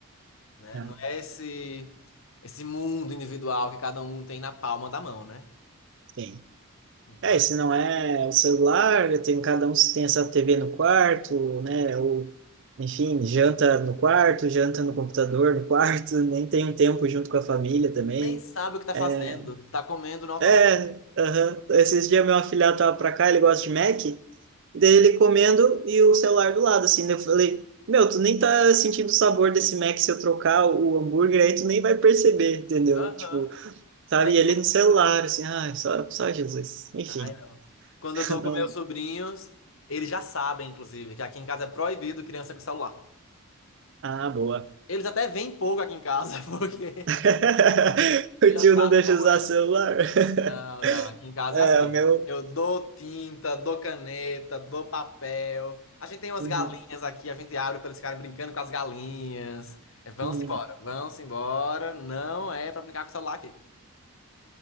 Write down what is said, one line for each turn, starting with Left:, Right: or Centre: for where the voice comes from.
Left: né?
Right: Não,
Left: Não é esse esse mundo individual que cada um tem na palma da mão, né?
Right: sim.
Left: Então,
Right: É, se não é o celular, tem, cada um tem essa TV no quarto, né? Ou, enfim, janta no quarto, janta no computador no quarto, <laughs> nem tem um tempo junto com a família também.
Left: nem sabe o que tá
Right: É,
Left: fazendo, tá comendo no automático.
Right: é, aham. Esses dias meu afilhado tava pra cá, ele gosta de Mac, daí ele comendo e o celular do lado, assim, daí eu falei, meu, tu nem tá sentindo o sabor desse Mac se eu trocar o hambúrguer aí, tu nem vai perceber, entendeu?
Left: Aham,
Right: Tipo, sabe,
Left: tenho
Right: e ele
Left: certeza.
Right: no celular, assim, ai, só, só Jesus. Enfim,
Left: Ai, não. Quando
Right: <laughs>
Left: eu tô com
Right: não...
Left: meus sobrinhos, eles já sabem, inclusive, que aqui em casa é proibido criança com celular.
Right: Ah, boa.
Left: Eles até vêm pouco aqui em casa, <laughs> porque
Right: <laughs>
Left: eles
Right: O
Left: já
Right: tio
Left: sabem
Right: não deixa
Left: como
Right: usar
Left: é.
Right: celular. <laughs>
Left: Não, não, aqui em casa
Right: É,
Left: é assim.
Right: o meu.
Left: Eu dou tinta, dou caneta, dou papel. A gente tem umas
Right: Uhum,
Left: galinhas aqui, a gente abre para eles ficarem brincando com as galinhas. É, vão-se
Right: uhum.
Left: embora, vão-se embora. Não é para brincar com o celular aqui.